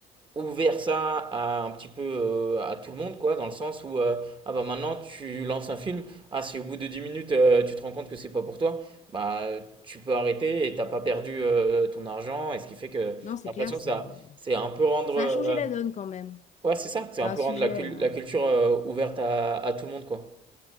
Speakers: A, on the right (about 30°); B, on the left (about 45°).
A: ouvert ça à un petit peu euh, à tout le monde, quoi, dans le sens où euh, ah bah maintenant tu lances un film, ah si au bout de 10 minutes euh, tu te rends compte que c'est pas pour toi, bah tu peux arrêter et t'as pas perdu euh, ton argent, et ce qui fait que j'ai
B: Non, c'est
A: l'impression
B: clair, ça,
A: que ça
B: hein.
A: c'est un peu rendre
B: ça
A: euh,
B: a changé la donne quand même.
A: ouais c'est ça, c'est
B: C'est
A: un
B: un
A: peu
B: sujet.
A: rendre la, cul-
B: euh,
A: la culture euh, ouverte à, à tout le monde, quoi.